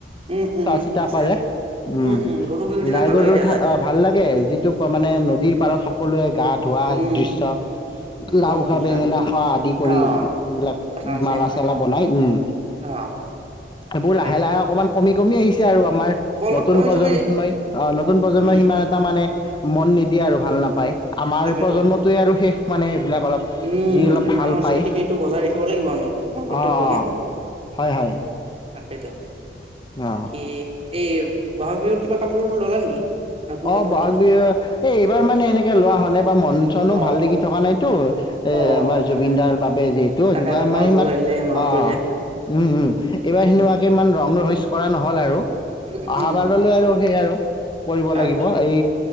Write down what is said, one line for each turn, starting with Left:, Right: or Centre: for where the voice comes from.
Right: উম উম
Left: চোৱা চিতা
Right: আছে
Left: কৰে
Right: আছে
Left: উম
Right: গৰু বিহুৰ দিনা
Left: গাই
Right: ভাল
Left: গৰু
Right: লাগে দিয়া যায়
Left: ভাল লাগে যিটো মানে নদীৰ পাৰত সকলোৱে গাত। ধোৱা
Right: উম
Left: দৃশ্য।
Right: একদম
Left: লাও
Right: ধুনীয়া
Left: খা বেঙেনা খা। আদি কৰি
Right: অ
Left: এইবিলাক
Right: সেইটো কথা আছে
Left: মালা
Right: নহয়
Left: চালা বনাই উম
Right: অ
Left: এইবোৰ
Right: তাকেইতো
Left: লাহে লাহে অকমান কমি কমি আহিছে আৰু আমাৰ
Right: অলপ
Left: নতুন
Right: কমি
Left: প্ৰজন্মই
Right: চমি
Left: অ নতুন প্ৰজন্মই
Right: উম
Left: সিমান এটা মানে মন নিদিয়ে আৰু ভাল নাপায় আমাৰ
Right: তাকেইতো
Left: প্ৰজন্মটোৱে আৰু শেষ মানে সেইবিলাক অলপ
Right: উম
Left: যি অলপ
Right: কিন্তু
Left: ভাল
Right: সাংস্কৃতিক
Left: পায়
Right: সেইটো বজাই ৰাখিব লাগিব আমি আমাৰ কৰ্তব্য
Left: অঁ
Right: ন
Left: অঁ হয় হয়
Right: তাকেইতো বাকী
Left: অঁ
Right: এই বহাগ বিহুত কিবা কাপোৰ ল'লা নেকি নতুন কাপোৰ
Left: অ বহাগ
Right: চাপোৰ
Left: বিহু এ এইবাৰ মানে এনেকে ৱা হনে বা মন চনো
Right: অ
Left: ভাল লাগি থকা নাইতো এ
Right: অ
Left: আমাৰ জুবিন
Right: তাকে
Left: দাৰ বাবে যিহেতু
Right: তাকে
Left: এনেকুৱা
Right: আৰু বহাগ
Left: মাৰ ইমান
Right: বিহু আহিলে মনত
Left: অ
Right: পৰি যায়
Left: উম উম এইবাৰ সেনেকুৱাকে
Right: উম
Left: ইমান ৰং ৰহস্য কৰা নহ'ল আৰু
Right: উম উম
Left: অহা
Right: উম উম
Left: বাৰলৈ আৰু সেই আৰু কিবা
Right: তাকেই
Left: এই